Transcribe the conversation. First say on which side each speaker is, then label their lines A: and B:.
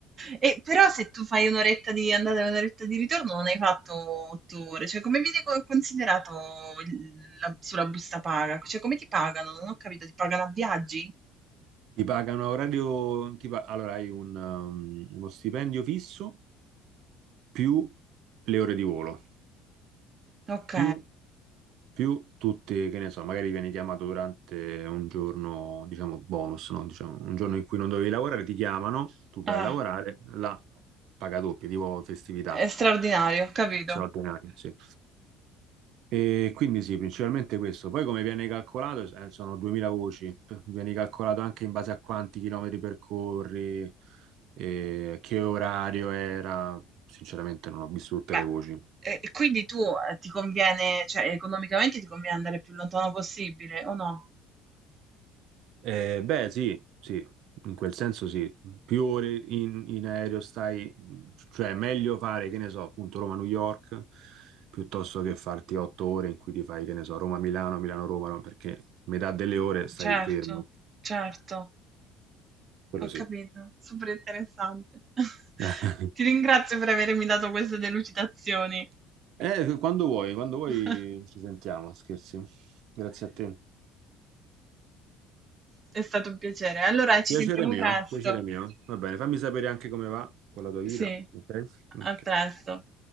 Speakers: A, on the right; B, on the right.
A: E però se tu fai un'oretta di andata e un'oretta di ritorno non hai fatto otto ore, cioè come viene co- considerato il- la- sulla busta paga? Cioè come ti pagano? Non ho capito, ti pagano a viaggi?
B: Ti pagano a orario, ti pa- allora hai un, um, uno stipendio fisso più le ore di volo
A: Ok,
B: più, più tutte, che ne so, magari viene chiamato durante un giorno, diciamo, bonus, no? Diciamo, un giorno in cui non dovevi lavorare, ti chiamano, tu vai
A: ah,
B: a lavorare, la paga doppia, tipo festività
A: è straordinario, ho capito.
B: straordinaria, sì. E quindi sì, principalmente questo. Poi come viene calcolato, eh, sono 2000 voci, viene calcolato anche in base a quanti chilometri percorri, eh, che orario era. Sinceramente non ho visto tutte
A: Beh,
B: le voci.
A: e e quindi tu eh, ti conviene, cioè economicamente ti conviene andare il più lontano possibile, o no?
B: Eh, beh, sì, sì, in quel senso sì. Più ore in, in aereo stai, cioè è meglio fare, che ne so, appunto Roma-New York, piuttosto che farti otto ore in cui ti fai, che ne so, Roma-Milano, Milano-Roma, no? perché metà delle ore stai
A: Certo,
B: fermo.
A: certo.
B: Quello
A: Ho
B: sì.
A: capito, super interessante. <laughs>
B: <laughs>
A: Ti ringrazio per avermi dato queste delucidazioni.
B: Eh, quando vuoi, quando
A: <laughs>
B: vuoi ci sentiamo, scherzi. Grazie a te.
A: È stato un piacere. Allora, ci
B: Piacere
A: sentiamo
B: mio,
A: presto.
B: piacere mio. Va bene, fammi sapere anche come va con la tua vita.
A: Sì,
B: ok? Ok.
A: a presto.